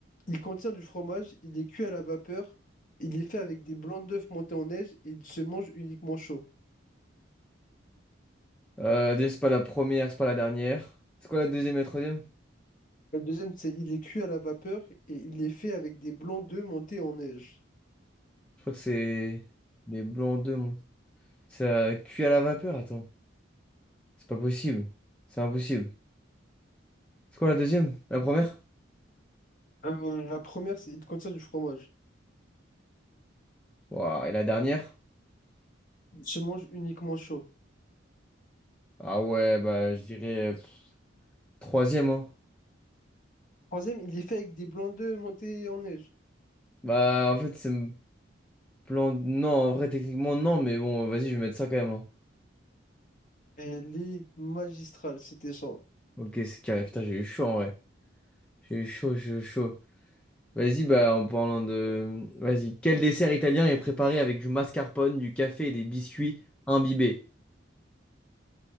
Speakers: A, on the left; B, in the centre.
A: Il contient du fromage, il est cuit à la vapeur, il est fait avec des blancs d'œufs montés en neige et il se mange uniquement chaud.
B: Euh, déjà, c'est pas la première, c'est pas la dernière. C'est quoi la deuxième et la troisième?
A: Le deuxième, c'est il est cuit à la vapeur et il est fait avec des blancs d'œufs montés en neige.
B: Je crois que c'est les blancs d'œufs, moi. C'est euh, cuit à la vapeur, attends. C'est pas possible. C'est impossible. C'est quoi la deuxième? La première?
A: Euh, la première, c'est il contient du fromage.
B: Ouah, et la dernière?
A: Il se mange uniquement chaud.
B: Ah ouais, bah je dirais euh, pff, troisième, hein.
A: Troisième, il est fait avec des blancs d'œufs montés en neige.
B: Bah en fait, c'est me plan. Non, en vrai, techniquement, non, mais bon, vas-y, je vais mettre ça quand même. hein.
A: Elle est magistrale, c'était ça.
B: Ok, c'est carré. Putain, j'ai eu chaud en vrai. J'ai eu chaud, j'ai eu chaud. Vas-y, bah en parlant de. Vas-y. Quel dessert italien est préparé avec du mascarpone, du café et des biscuits imbibés?